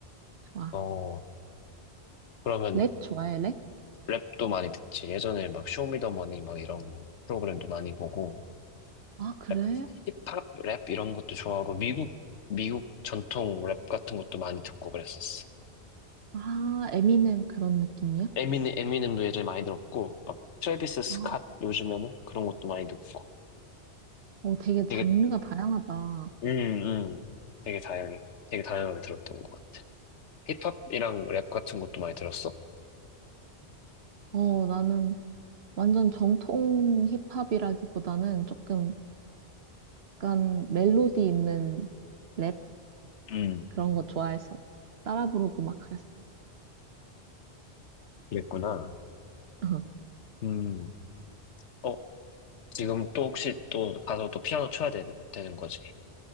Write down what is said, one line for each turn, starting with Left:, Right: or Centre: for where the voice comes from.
Right: 좋아.
Left: 어, 그러면
Right: 랩 좋아해, 랩?
Left: 랩도 많이 듣지. 예전에 막 쇼미더머니 막 이런 프로그램도 많이 보고,
Right: 아, 그래?
Left: 랩, 힙합 랩 이런 것도 좋아하고, 미국, 미국 전통 랩 같은 것도 많이 듣고 그랬었어.
Right: 아, 에미넴 그런 느낌이야?
Left: 에미넴, 에미넴도 예전에 많이 들었고, 막 트래비스 스캇
Right: 아,
Left: 요즘에는 그런 것도 많이 듣고.
Right: 어, 되게 장르가
Left: 되게
Right: 다양하다. 어,
Left: 음, 음. 되게 다양해. 되게 다양하게 들었던 것 같아. 힙합이랑 랩 같은 것도 많이 들었어?
Right: 어, 나는 완전 정통 힙합이라기보다는 조금 약간 멜로디 있는 랩
Left: 음.
Right: 그런 거 좋아해서 따라 부르고 막 그랬어.
Left: 그랬구나.
Right: <laughs>
Left: 음. 어, 지금 또 혹시 또 가서 또 피아노 쳐야 되, 되는 거지?